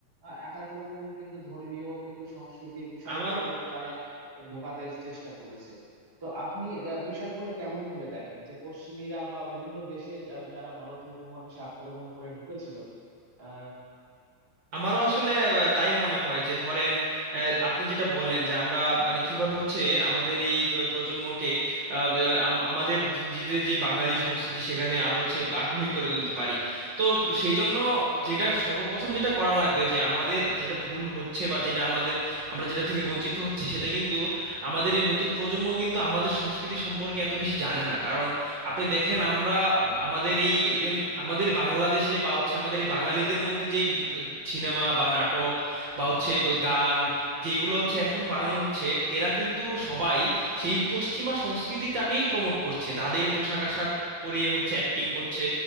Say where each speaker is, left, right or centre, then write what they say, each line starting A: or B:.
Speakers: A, on the right; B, on the right.
A: আহ, এক এক রকম কিন্তু ধর্মীয় কিন্তু সাংস্কৃতিক বিষয়গুলো
B: আমারও
A: কিন্তু তারা ঢোকাতে চেষ্টা করেছে তো আপনি আহ, বিষয়গুলো কেমন ভাবে দেখেন যে পশ্চিমীরা বা বিভিন্ন দেশে যা- যারা ভারতীয় উপমহাদেশে আক্রমণ করে ঢুকেছিল আহ
B: আমারও আসলে আহ, তাই মনে হয় যে ধরেন আহ, আপনি যেটা বললেন যে আমরা মানে কিভাবে হচ্ছে আমাদের এই প- প্রজন্মকে আহ, ব- আম- আমাদের নিজেদের যে বাঙালি সংস্কৃতি সেখানে আরো হচ্ছে আগ্রহী করে তুলতে পারি তো সেই জন্য যেটা সর্বপ্রথম যেটা করা লাগবে যে আমাদের যেটা ভুল হচ্ছে বা যেটা আমাদের আমরা যেটা থেকে বঞ্চিত হচ্ছি সেটা কিন্তু আমাদের এই নতুন প্রজন্ম কিন্তু আমাদের সংস্কৃতি সম্পর্কে এত বেশি জানে না কারণ আপনি দেখেন আমরা আমাদের এই ইভেন আমাদের বাংলাদেশে বা হচ্ছে আমাদের এই বাঙালিদের মধ্যে যেই সিনেমা বা নাটক বা হচ্ছে ব- গান যেগুলো হচ্ছে এখন বানানো হচ্ছে এরা কিন্তু সবাই সেই পশ্চিমা সংস্কৃতিটাকেই প্রমোট করছে তাদের পোশাক আশাক পরিয়ে হচ্ছে অ্যাক্টিং করছে